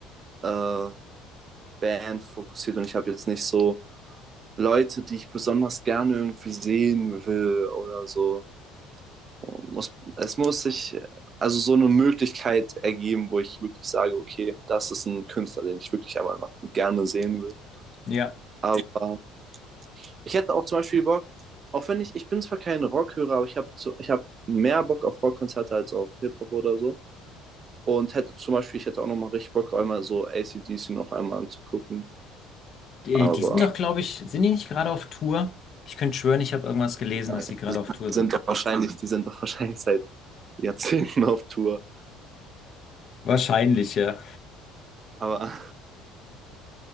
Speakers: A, on the right; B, on the left.
A: äh, bandfokussiert und ich habe jetzt nicht so Leute, die ich besonders gerne irgendwie sehen will oder so. Muss, es muss sich also so eine Möglichkeit ergeben, wo ich wirklich sage, okay, das ist ein Künstler, den ich wirklich einmal mal gerne sehen will.
B: Ja.
A: Aber ich hätte auch zum Beispiel Bock, auch wenn ich, ich bin zwar kein Rockhörer, aber ich habe ich hab mehr Bock auf Rockkonzerte als auf Hip-Hop oder so. Und hätte zum Beispiel, ich hätte auch nochmal richtig Bock, einmal so ACDC noch einmal anzugucken.
B: Die,
A: Aber
B: die sind doch, glaube ich, sind die nicht gerade auf Tour? Ich könnte schwören, ich habe irgendwas gelesen,
A: äh,
B: dass sie gerade auf Tour
A: die
B: sind.
A: sind doch wahrscheinlich, die sind doch wahrscheinlich seit Jahrzehnten auf Tour.
B: Wahrscheinlich, ja.
A: Aber